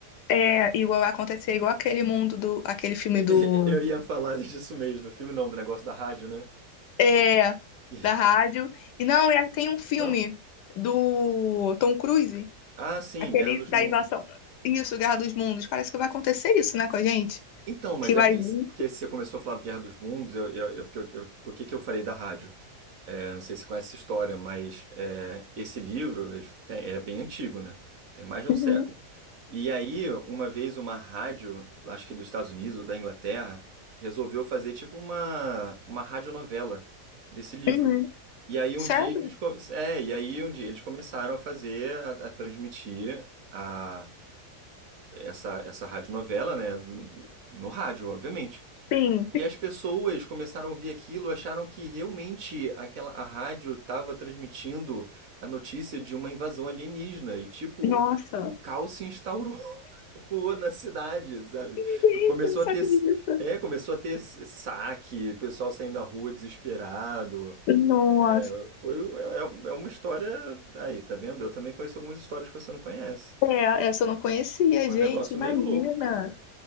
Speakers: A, on the left; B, on the right.
A: É, igual vai acontecer, igual aquele mundo do, aquele filme
B: <laughs>
A: do,
B: Eu ia falar disso mesmo, do filme não, do negócio da rádio, né?
A: é,
B: Que-
A: da rádio. E não, e aí tem um filme
B: Não?
A: do Tom Cruise,
B: Ah, sim,
A: aquele
B: Guerra dos
A: da
B: Mundos.
A: invasão, isso, Guerra dos Mundos. Parece que vai acontecer isso, né, com a gente?
B: Então, mas
A: Que vai
B: é porque,
A: vir.
B: porque você começou a falar de Guerra dos Mundos, eu, eu, eu- porque eu- eu- por que que eu falei da rádio? É, não sei se você conhece essa história, mas é, esse livro ele tem- é bem antigo, né? Tem mais de um
A: Uhum,
B: século. E aí, uma vez, uma rádio, acho que dos Estados Unidos ou da Inglaterra, resolveu fazer tipo uma, uma radionovela desse livro.
A: uhum.
B: E aí um
A: Sério?
B: dia eles, co- é, e aí um dia eles começaram a fazer, a, a transmitir a, essa, essa radionovela, né? No rádio, obviamente.
A: Sim.
B: E as pessoas começaram a ouvir aquilo, acharam que realmente aquela a rádio estava transmitindo a notícia de uma invasão alienígena e tipo,
A: Nossa.
B: o caos se instaurou <laughs> na cidade, sabe?
A: Gente,
B: Começou
A: eu não sabia
B: a ter
A: disso.
B: é, começou a ter s- saque, pessoal saindo da rua desesperado.
A: Nossa,
B: É, foi é, é é uma história aí, tá vendo? Eu também conheço algumas histórias que você não conhece.
A: é, essa eu não conhecia,
B: Foi
A: gente,
B: um negócio
A: imagina.
B: meio louco, cara.